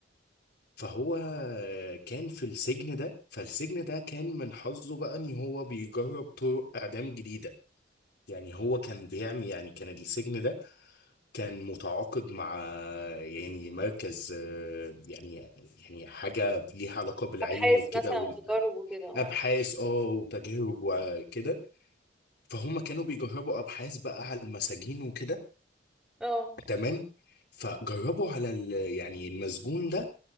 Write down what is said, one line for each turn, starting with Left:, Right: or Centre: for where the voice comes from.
Left: فهو آه، كان في السجن ده فالسجن ده كان من حظه بقى ان هو بيجرب طرق إعدام جديدة يعني هو كان بيعمل يعني كان السجن ده كان متعاقد مع آه، يعني مركز آه، يعني يعني حاجة ليها علاقة بالعلم
Centre: أبحاث
Left: وكده
Centre: مثلا وتجارب وكده اه
Left: ابحاث اه وتجارب وكده فهم كانوا بيجربوا ابحاث بقى على المساجين وكده
Centre: اه
Left: تمام فجربوا على ال- يعني المسجون ده